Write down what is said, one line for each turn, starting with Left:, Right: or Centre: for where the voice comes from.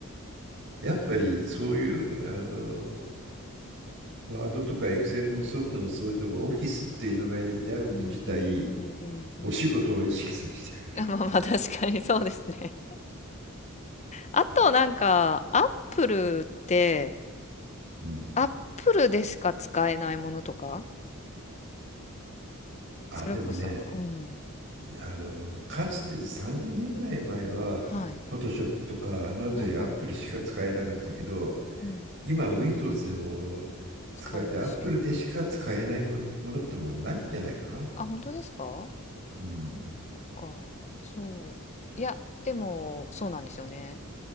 Right: やっぱりそういうあのワードとかエクセルのソフトの総称がオフィスっていう名前であること自体
Left: うんうんうんうんうん。
Right: お仕事を意識させてくれる、
Left: <laughs> あまあまあ確かにそうですね。あとなんか、アップルって、
Right: <laughs> うん、
Left: アップルでしか使えないものとか、
Right: あでもね
Left: それこそ、うん。
Right: あのかつて30年ぐらい前はフォトショップとかあのあたりアップルしか使えなかったけど
Left: はい。はいはい。うん。
Right: 今 Windows でも
Left: 使えるし。
Right: 使えてアップルでしか使えないものってもうないんじゃないかな。
Left: あ、本当ですか
Right: うん、
Left: か。そう。いや、でも、そうなんですよね。